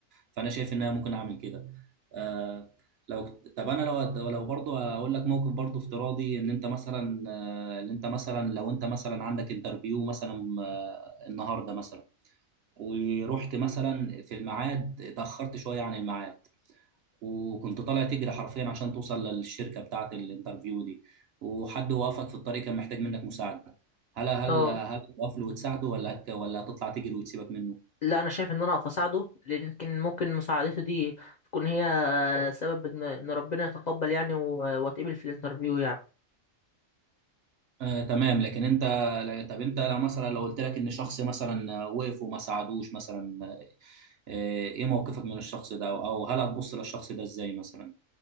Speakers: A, on the right; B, on the left.
A: فأنا شايف إن أنا ممكن أعمل كده آه، لو طب أنا لو لو برضو أقول لك موقف برضو افتراضي إن أنت مثلا آه، إن أنت مثلا لو أنت مثلا عندك انترفيو مثلا آه، النهاردة مثلا ورحت مثلا في الميعاد اتأخرت شوية عن الميعاد وكنت طالع تجري حرفيا عشان توصل للشركة بتاعة الانترفيو دي وحد وقفك في الطريق كان محتاج منك مساعدة هل هل
B: اه
A: هل هتقف له وتساعده ولا هت ولا هتطلع تجري وتسيبك منه؟
B: لا انا شايف ان انا اقف اساعده لان يمكن ممكن مساعدته دي تكون هي سبب ان ان ربنا يتقبل يعني و- واتقبل في الانترفيو يعني
A: آه تمام لكن انت لا- طب انت لو مثلا لو قلت لك ان شخص مثلا آه، وقف وما ساعدوش مثلا آه، ايه موقفك من الشخص ده او أو هل هتبص للشخص ده ازاي مثلا؟